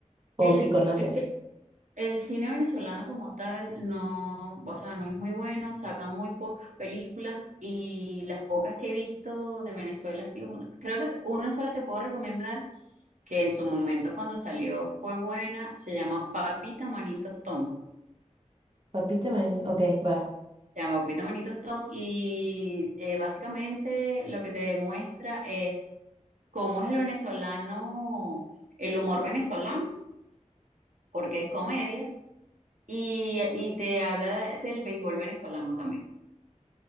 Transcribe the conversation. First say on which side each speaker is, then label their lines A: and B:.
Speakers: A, on the right; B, on the right.
A: o
B: El,
A: si conoces.
B: es que el cine venezolano como tal no, o sea, no es muy bueno, sacan muy pocas películas y las pocas que he visto de Venezuela, así como, creo que te- una sola te puedo recomendar que en su momento cuando salió fue buena, se llama Papita Manitos Tom.
A: Papita Man, ok, va.
B: Se llama Papita Manitos Tom y eh, básicamente lo que te demuestra es cómo es el venezolano, el humor venezolano, porque es comedia Y, y te habla del béisbol venezolano también